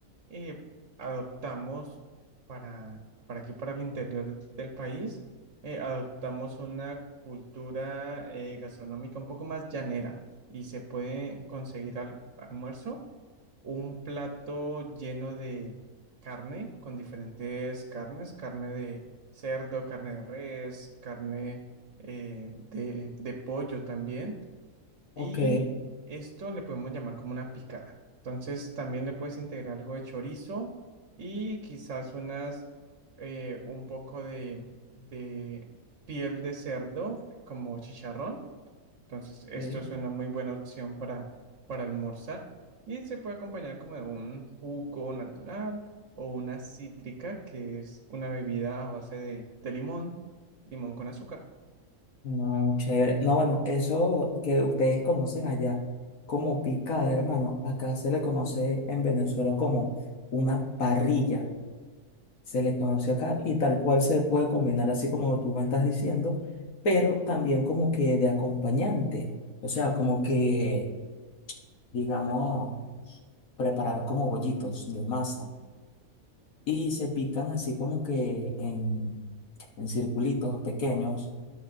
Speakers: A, on the right (about 55°); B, on the left (about 65°).
A: eh, adoptamos para, para aquí, para el interior del país, eh, adoptamos una cultura eh, gastronómica un poco más llanera y se puede conseguir al, almuerzo un plato lleno de carne, con diferentes carnes, carne de cerdo, carne de res, carne eh, de, de pollo también. Y
B: Ok,
A: esto le podemos llamar como una picada. Entonces también le puedes integrar algo de chorizo y quizás unas, eh, un poco de, de piel de cerdo como chicharrón entonces, esto
B: ok.
A: es una muy buena opción para, para almorzar y se puede acompañar como de un jugo natural o una cítrica, que es una bebida a base de, de limón, limón con azúcar.
B: No, chévere. No, bueno, eso que ustedes conocen allá como picada, hermano, acá se le conoce en Venezuela como una parrilla. Se le conoce acá y tal cual se puede combinar así como tú me estás diciendo, pero también como que de acompañante. O sea, como que, digamos, preparar como bollitos de masa y se pican así como que en, en circulitos pequeños